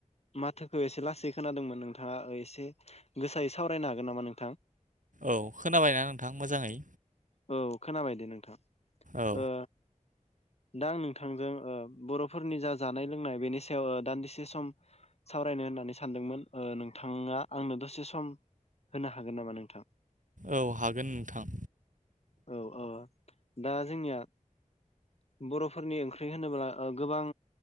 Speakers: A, on the left (about 50°); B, on the right (about 75°).
A: माथोखौ एसे लासै खोनादोंमोन नोंथाङा ओ एसे गोसायै सावरायनो हागोन नामा नोंथां?
B: औ खोनाबायना नोंथां मोजाङै?
A: औ खोनाबाय दे नोंथां
B: औ
A: ओ दा आं नोंथांजों ओ बर'फोरनि जा जानाय लोंनाय बेनि सायाव दान्दिसे सम सावरायनो होननानै सानदोंमोन ओ नोंथाङा आंनो दसे सम होनो हागोन नामा नोंथां?
B: औ हागोन नोंथां।
A: औ औ दा जोंनिया बर'फोरनि ओंख्रि होनोब्ला ओ गोबां